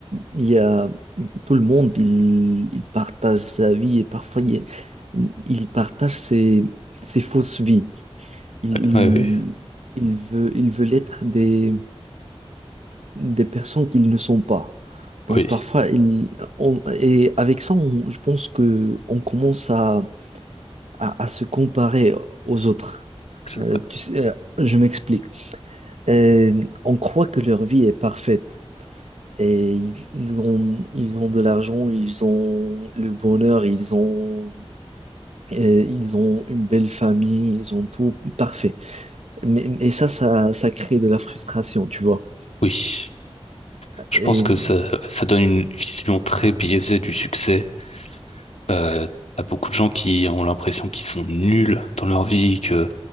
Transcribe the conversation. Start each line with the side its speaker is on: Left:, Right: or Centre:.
Right: il y a tout le monde, il, il partage sa vie et parfois il, il partage ses, ses fausses vies. Il, il,
Left: Ouais, oui,
Right: il veut, il veut l'être des, des personnes qu'ils ne sont pas. Donc
Left: oui,
Right: parfois, il, on- et avec ça, on- je pense que on commence à à, à se comparer aux autres.
Left: Ça-
Right: Euh, tu sais, euh, je m'explique. Euh, on croit que leur vie est parfaite et ils, ils ont, ils ont de l'argent, ils ont le bonheur, ils ont, euh, ils ont une belle famille, ils ont tout parfait. Mais, et ça, ça, ça crée de la frustration, tu vois.
Left: oui. Je
Right: Et
Left: pense que ça, ça donne une vision très biaisée du succès Euh, t'as beaucoup de gens qui ont l'impression qu'ils sont nuls dans leur vie, que